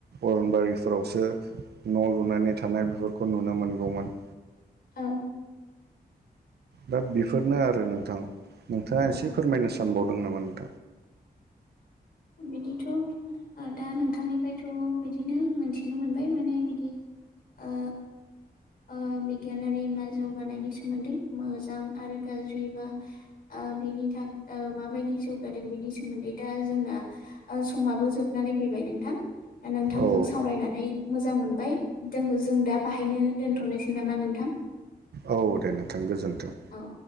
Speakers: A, on the right; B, on the left.
A: अरनबारिफोरावसो न' लुनानै थानाय बेफोरखौ नुनो मोनगौमोन
B: औ
A: दा बेफोरनो आरो नोंथां नोंथाङा
B: औ
A: एसे फोरमायनो सानबावदों नामा <inaudible>
B: बिदिथ' दा नोंथांनिफ्रायथ' बिदिनो मोनथिनो मोनबाय माने बिदि ओ ओ बिगियानारि जौगानायनि सोमोन्दै मोजां आरो गाज्रि बा बेनि माबायदि जौगादों बिनि सोमोन्दै दा जोंना समाबो जोबनानै फैबाय नोंथां दा नोंथांजों
A: औ
B: सावरायनानै मोजां मोनबाय दङो जों दा बाहायनो दोनथ'नोसै नामा नोंथां
A: औ दे नोंथां गोजोन्थों
B: औ